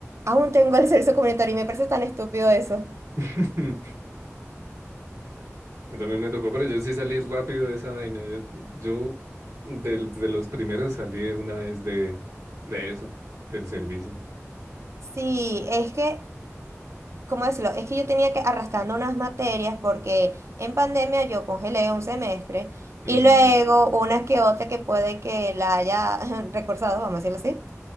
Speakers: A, on the right; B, on the right.
A: aún tengo el servicio comunitario y me parece tan estúpido eso.
B: <laughs> También me tocó, pero yo sí salí rápido de esa vaina. Yo, yo del- de, los primeros salí de una vez de, de eso, del servicio.
A: Sí, es que ¿cómo decirlo? Es que yo tenía que arrastrando unas materias porque en pandemia yo congelé un semestre
B: Mm,
A: y luego unas que otra que puede que la haya <laughs> recursado, vamos a decirlo así,